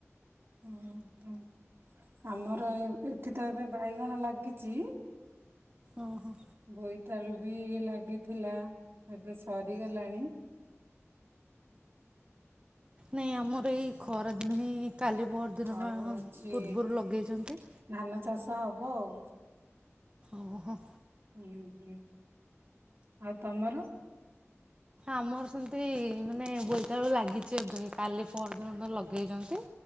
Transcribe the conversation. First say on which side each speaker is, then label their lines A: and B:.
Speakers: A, on the right; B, on the right.
A: ହୁଁ ହଁ ଆମର ଏ ଏଠି ତ ଏବେ ବାଇଗଣ ଲାଗିଛି।
B: ଓହୋ।
A: ବୋଇତାଳୁ ବି ଲାଗିଥିଲା ଏବେ ସରିଗଲାଣି।
B: ନାଇଁ ଆମର ଏଇ ଖରାଦିନ ହିଁ କାଲି ପହର ଦିନ
A: ଆଉ
B: ପା
A: ହଉଛି
B: ପୂର୍ବରୁ ଲଗେଇଛନ୍ତି।
A: ଧାନ ଚାଷ ହବ ଆଉ
B: ଓହୋ।
A: ହୁଁ ହୁଁ ଆଉ ତମର
B: ଆମର ସେମିତି ମାନେ ବୋଇତାଳୁ ଲାଗିଛି ଏବେ କାଲି ପହର୍ଦିନ ତ ଲଗେଇଛନ୍ତି।